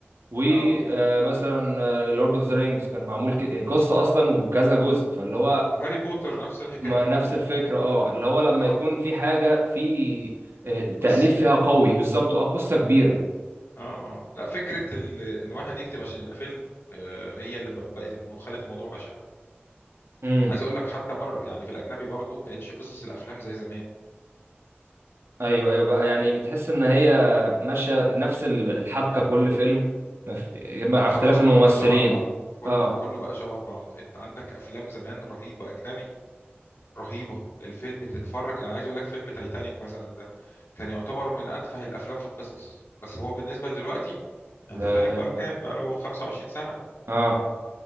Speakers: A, on the right; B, on the left.
A: ومثلا
B: اه
A: لورد اوف ذا رينجز كان معمول ك- آه، قصة اصلا وكذا جزء فاللي هو
B: وهاري بوتر نفس الحكايه
A: ما نفس
B: ايوه
A: الفكرة اه اللي هو لما
B: اه
A: يكون في حاجة في آه،
B: قصه
A: تأليف فيها قوي بالظبط اه قصة كبيرة
B: اه اه لا فكره ال... ان واحد يكتب عشان يبقى فيلم آه هي اللي ب- بقت الم... خلت الموضوع بشع
A: امم
B: عايز اقول لك حتى بره يعني في الاجنبي برضو بقتش قصص الافلام زي زمان
A: ايوه ايوه بقى يعني بتحس ان هي ماشية نفس ال- الحبكة كل فيلم مف- مع
B: آه، خلاص
A: اختلاف الممثلين
B: كله بقى شبه بعض كله
A: اه
B: كله بقى شبه بعض انت عندك افلام زمان رهيبه اجنبي رهيبه الفيلم تتفرج انا عايز اقول لك فيلم تايتانيك مثلا ده كان يعتبر من اتفه الافلام في القصص بس هو بالنسبه لدلوقتي يعني
A: لا لا
B: تايتانيك بقى له كام
A: لا.
B: بقى له 25 سنه
A: اه